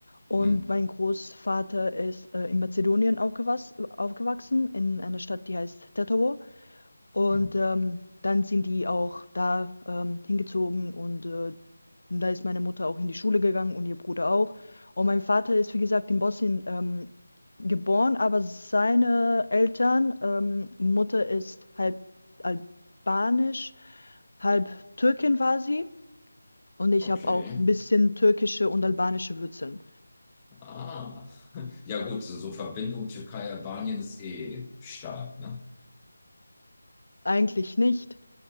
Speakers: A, on the left (about 75°); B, on the left (about 15°).
A: Und
B: Hm.
A: mein Großvater ist äh, in Mazedonien aufgewas aufgewachsen, in einer Stadt, die heißt Tetovo. Und
B: Hm.
A: ähm, dann sind die auch da ähm, hingezogen und äh, da ist meine Mutter auch in die Schule gegangen und ihr Bruder auch. Und mein Vater ist, wie gesagt, in Bosnien ähm, geboren, aber seine Eltern, ähm, Mutter ist halb albanisch, halb Türkin war sie. Und ich
B: Okay.
A: habe auch ein bisschen türkische und albanische Wurzeln.
B: Ah. Ja gut, so so Verbindung Türkei-Albanien ist eh stark, ne?
A: Eigentlich nicht.